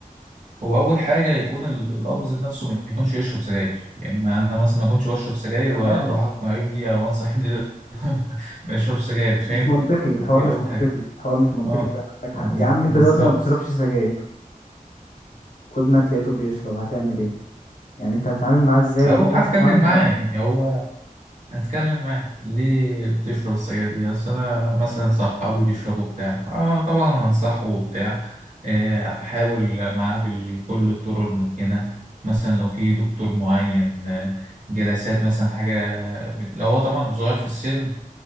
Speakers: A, on the right (about 60°); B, on the left (about 65°).
A: هو أول حاجة يكون ال- الأب ذات نفسه ما يكونش يشرب سجاير يعني ما أنا مثلا ما كنتش بشرب سجاير
B: تمام
A: وأروح أقنع ابني أو أنصح ابني لا- <laughs> ما يشربش سجاير مش
B: مش
A: هينفع
B: منطقي الحوار
A: دي
B: مش
A: أول
B: منطقي
A: حاجة
B: الحوار مش منطقي
A: أه
B: ده محتاج حق
A: بز-
B: يا عم
A: بالظبط
B: انت دلوقتي ما بتشربش سجاير وابنك لقيته بيشرب هتعمل ايه يعني انت هتتعامل معاه ازاي
A: هروح
B: لو انت مش
A: اتكلم
B: هتتعامل
A: معاه
B: بالعنف
A: يعني هو هتكلم معاه ليه بتشرب السجاير دي اصل انا مثلا صحابي بيشربوا بتاع اه طبعا هنصحه وبتاع آه، احاول معاه بكل الطرق الممكنه مثلا لو في دكتور معين آه، جلسات مثلا حاجه بت... لو هو طبعا صغير في السن